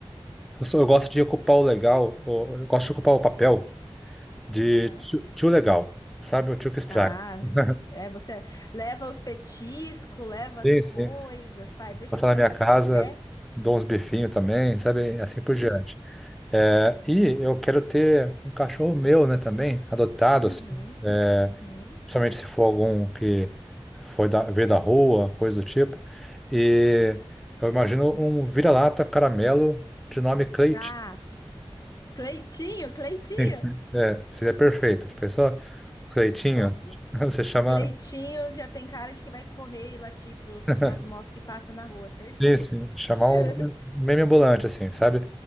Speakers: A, in the centre; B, on the left.
A: eu, sou- eu gosto de ocupar o legal, o- eu gosto de ocupar o papel de
B: aham.
A: tio, tio legal, sabe? O tio que estraga.
B: Ah,
A: <laughs>
B: é, você leva os petiscos, leva as
A: Sim,
B: coisas,
A: sim.
B: faz, deixa
A: Botar
B: ele fazer
A: na minha
B: o
A: casa,
B: que quiser.
A: dou uns bifinhos também, sabe? Assim por
B: Hum?
A: diante. É, e eu quero ter um cachorro meu, né, também, adotado,
B: Uhum,
A: assim, é,
B: uhum.
A: principalmente se for algum que foi da, veio da rua, coisa do tipo. E eu imagino um vira-lata caramelo de nome Cleitinho.
B: Ah, Cleitinho, Cleitinho,
A: Sim. sim. É, seria perfeito. Já Pensou? Cleitinho,
B: top.
A: <laughs> você chama.
B: Cleitinho já tem cara de que vai correr e latir pros,
A: <laughs>
B: pras motos que passam na rua, certeza.
A: Sim, sim, chamar
B: <laughs>
A: um meme ambulante, assim, sabe?